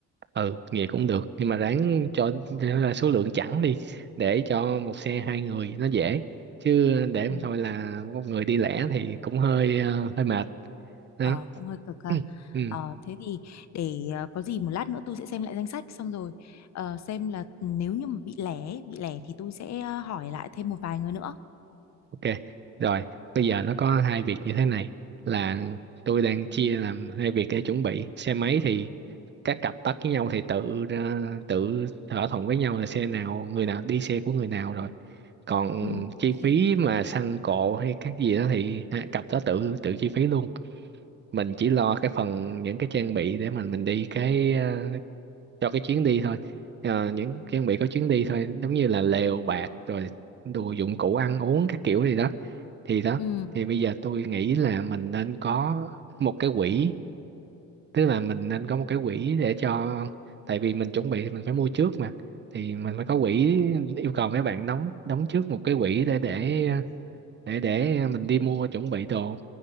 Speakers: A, on the right; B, on the left.
A: Ừ, vậy cũng được. Nhưng mà ráng cho ra số lượng chẵn đi để cho một xe hai người nó dễ. Chứ để
B: Ừ.
A: mà thôi là một người đi lẻ thì cũng hơi ờ, hơi mệt đó.
B: Ờ, cũng hơi cực ha.
A: <clears throat> Ừ.
B: Ờ, thế thì để ờ, có gì một lát nữa tôi sẽ xem lại danh sách xong rồi ờ, xem là nếu như mà bị lẻ ấy, bị lẻ thì tôi sẽ ờ, hỏi lại thêm một vài người nữa.
A: Ok, rồi bây giờ nó có hai việc như thế này là tôi đang chia làm hai việc để chuẩn bị xe máy thì các cặp bắt với nhau thì tự ờ, tự thỏa thuận với nhau là xe nào người nào đi xe của người nào rồi còn
B: Ừ, ok.
A: chi phí mà xăng cộ hay các gì đó thì hai cặp đó tự tự chi phí luôn mình chỉ lo cái phần những cái trang bị để mình mình đi cái ờ, cho cái chuyến đi thôi Ờ, những trang bị có chuyến đi thôi giống như là lều bạt rồi đồ dụng cụ ăn uống các kiểu gì đó thì đó
B: Ừ,
A: thì bây giờ tôi nghĩ là mình nên có một cái quỹ tức là mình nên có một cái quỹ để cho tại vì mình chuẩn bị thì mình phải mua trước mà thì mình phải có quỹ yêu cầu mấy bạn đóng đóng trước một cái quỹ để để để để mình đi mua chuẩn bị đồ